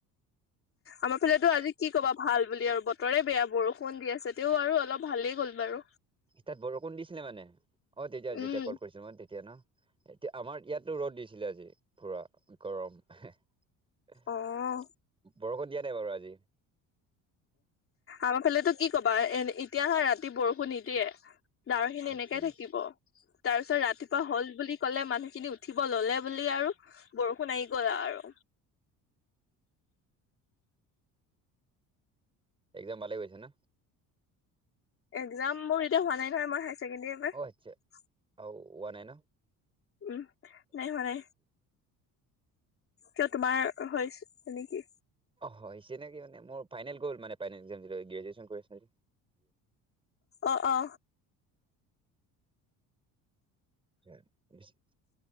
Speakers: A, on the left; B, on the right.
A: আমাৰ ফালেটো আজি কি ক'বা ভাল বুলি আৰু বতৰে বেয়া বৰষুণ দি আছে তেও আৰু অলপ ভালেই গ'ল বাৰু।
B: তাত বৰষুণ দিছিলে মানে অ তেতিয়া যেতিয়া
A: উম।
B: কল কৰিছিলো মই তেতিয়া ন এতিয়া আমাৰ ইয়াতটো ৰ'দ দিছিলে আজি পুৰা গৰম বৰষুণ
A: অ',
B: দিয়া নাই বাৰু আজি
A: আমাৰ ফালেটো কি কবা এ এতিয়া হয় ৰাতি বৰষুণ নিদিয়ে দাওৰ খিনি
B: আচ্ছা
A: এনেকে থাকিব তাৰ পিছত ৰাতিপুৱা হল বুলি কলে মানুহখিনি উঠ উঠিব ললে বুলি আৰু বৰষুণ আহি গলা আৰু
B: একদম ভালে‌ গৈছে ন
A: একজাম মোৰ এতিয়া হোৱা নাই নহয় মই হায় ছেকেণ্ডেৰীৰ পৰা
B: অ আচ্ছা আৰু ৱ নাই ন
A: উম। নাই হোৱা নাই কিয় তোমাৰ হৈ নেকি
B: অ হৈছে নেকি মানে মোৰ ফাইনেল গ'ল মানে ফাইনেলৰ যিটো গৃজিওচেন কৰিছিলো
A: অ অ
B: এতিয়া বেছি